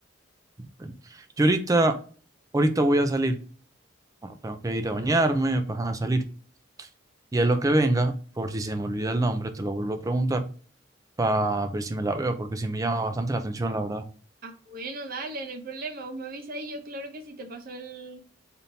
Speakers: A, on the right; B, on the right.
A: ok. Yo ahorita, ahorita voy a salir. Bueno, tengo que ir a bañarme, pues a salir. Y a lo que venga, por si se me olvida el nombre, te lo vuelvo a preguntar para ver si me la veo, porque sí me llama bastante la atención, la verdad.
B: Ah, bueno, dale, no hay problema. Vos me avisas y yo claro que sí te paso el,